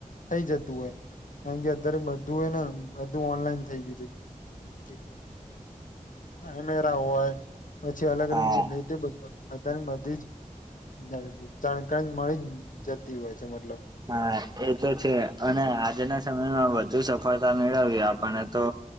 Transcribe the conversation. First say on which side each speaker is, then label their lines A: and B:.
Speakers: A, on the left (about 70°); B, on the right (about 30°).
A: થઈ જતું હોય. કારણ કે અત્યારે બધું હો ને બધું ઓનલાઈન થઇ ગયું છે. હમ્મ તે હા એમેરા હોય પછી અલગ
B: હા
A: અલગ જગ્યા તે બધા બધને બધી જ જા જાનકારી મળી જતી હોય છે મતલબ.
B: હા એ તો છે અને આજના સમયમાં વધુ સફળતા મેળવી આપને તો